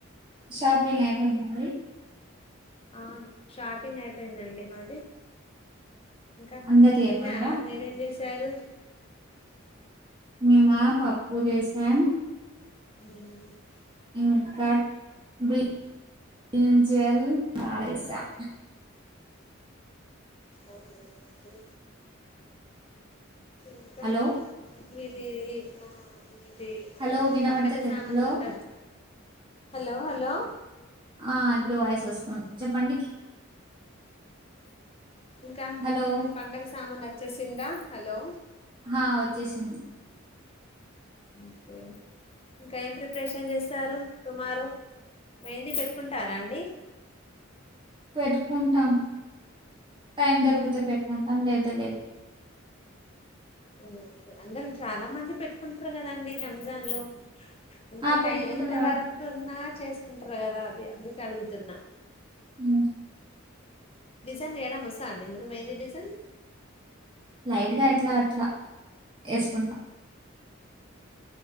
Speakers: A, on the right; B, on the left.
A: షాపింగ్ అయిపోయింద మరి
B: అవును షాపింగ్ అయిపోయిందండి మాది ఇంకా
A: అందరిది
B: మీరుతిన్నారా
A: అయిపోయిందా
B: మీరేం చేస్ రు
A: మీమా పప్ పూజేసాం
B: ఉహ్
A: ఇంకా బ్రింజల్ ఆ చేశాం
B: అవునా అండి ఇంకా
A: హలో
B: మీది ఈ ఆ
A: హలో వినబడతలేదు
B: పండగ సామాన్
A: హలో
B: అంత వచ్ హలో హలో
A: ఆ ఇప్పుడు వాయసు వస్తుంది చెప్పండి.
B: ఇంకా
A: హలో
B: మీ పండగ సామాన్ వచ్చేసిందా హలో
A: ఆ వచ్చేసింది
B: ఓకే ఇంకా ఏం ప్రిపరేషన్ చేస్తారు. టుమారో మెహందీ పెట్టుకుంటారా అండి.
A: పెట్టుకుంటాం. టైం దొరిగితే పెట్టుకుంటాం లేప్త లేదు
B: అండి అందరు చాలా మంది పెట్టుకుంటారు కదాండి రంజాన్ లో ఎంత
A: ఆ పెట్టుకుంటారు
B: టైం ఎంత
A: వాళ్ళు
B: వరకు ఉన్నార్ చేసుకుంటారు కదా అది అందుకు అడుగుతున్నా
A: ఉహ్మ్
B: డిజైన్ చేయ్యడం వస్ అండి మీకు మెహందీ డిజైన్
A: లైట్ గా అట్లా అట్లా వేసుకుంటా.